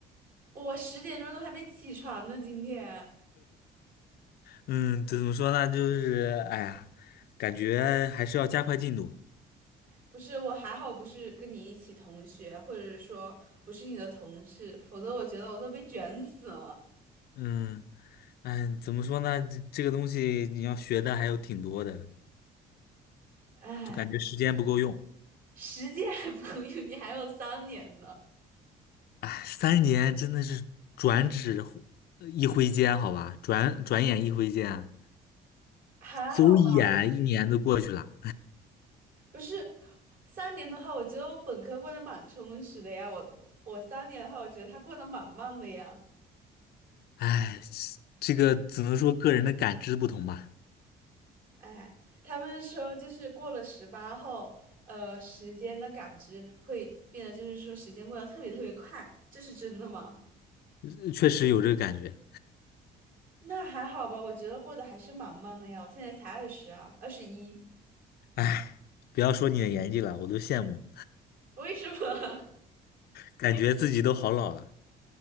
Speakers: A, on the right; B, on the left.
A: 我十点钟都还没起床呢。今天
B: 嗯，怎么说呢？就是哎呀，感觉还是要加快进度。
A: 不是我还好，不是跟你一起同学，或者说不是你的同事，否则我觉得我都被卷死了。
B: 嗯，哎，怎么说呢？这这个东西你要学的还有挺多的，
A: 哎，
B: 就感觉时间不够用。
A: 十届还不够用，你还有三年呢，
B: 哎，三年真的是转指忽一挥间，好吧，转转眼一挥间啊，
A: 还好吧？
B: 走一眼一年都过去了。
A: 不是三年的话，我觉得我本科过得蛮充实的呀。我我三年的话，我觉得他过得蛮慢的呀。
B: 哎，这个只能说个人的感知不同吧，
A: 哎，他们说就是过了十八后，呃，时间的感知会变得，就是说时间过得特别特别快，这是真的吗？
B: 呃确实有这个感觉。
A: <laughs> 那还好吧，我觉得过得还是蛮慢的呀，我现在才二十啊，二十一，
B: 哎，不要说你的年纪了，我都羡慕，
A: <laughs> 为什么？
B: 感觉自己都好老了。